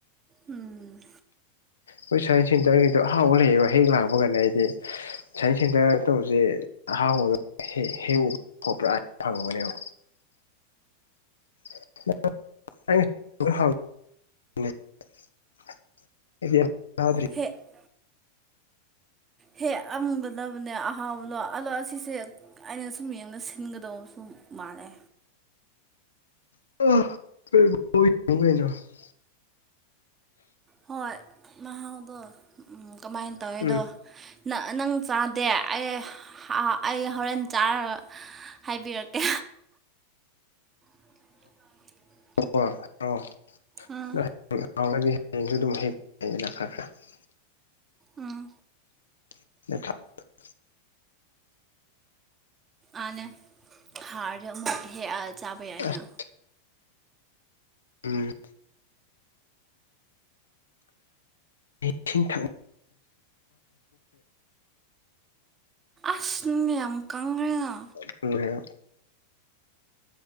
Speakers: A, on the right; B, on the left.
A: ꯎꯝ
B: ꯈꯣꯏ ꯁꯥꯏꯟꯁ ꯁꯦꯟꯇꯔꯒꯤꯗꯣ ꯑꯍꯥꯎꯕ ꯂꯩꯌꯦꯕ ꯍꯦꯛ ꯂꯥꯛꯄ ꯀꯥꯟ ꯑꯩꯗꯤ ꯁꯥꯏꯟꯁ ꯁꯦꯟꯇꯔ ꯇꯧꯕꯁꯦ ꯑꯍꯥꯎꯕꯗ <unintelligible> ꯐꯪꯕꯅꯦꯕ <unintelligible> <unintelligible>
A: <unintelligible> ꯍꯦꯛ ꯑꯃꯒꯗꯕꯅꯦ ꯑꯍꯥꯎꯕꯗꯣ ꯑꯗꯣ ꯑꯁꯤꯁꯦ ꯑꯩꯅ ꯁꯨꯝ ꯌꯦꯡꯕꯗ ꯁꯤꯟꯒꯗꯧꯕꯁꯨ ꯃꯥꯜꯂꯦ꯫
B: <unintelligible>
A: ꯍꯣꯏ ꯅꯍꯥꯎꯗꯣ ꯀꯃꯥꯏꯅ ꯇꯧꯔꯤꯗꯣ
B: ꯎꯝ
A: ꯅꯪ ꯅꯪ ꯆꯥꯗꯦ ꯑꯩ ꯑꯩ ꯍꯣꯔꯦꯟ ꯆꯥꯔꯒ ꯍꯥꯏꯕꯤꯔꯛꯀꯦ <unintelligible>
B: <unintelligible>
A: ꯎꯝ ꯎꯝ
B: <unintelligible>
A: ꯑꯥꯟꯅ ꯍꯥꯔꯁ ꯑꯃꯨꯛ ꯍꯦꯛ ꯆꯥꯕ ꯌꯥꯏꯅ
B: ꯑꯁ ꯎꯝ ꯏꯁꯤꯡ ꯊꯛ
A: ꯑꯁ ꯅꯪ ꯌꯥꯝ ꯀꯪꯈ꯭ꯔꯦꯅ
B: <unintelligible>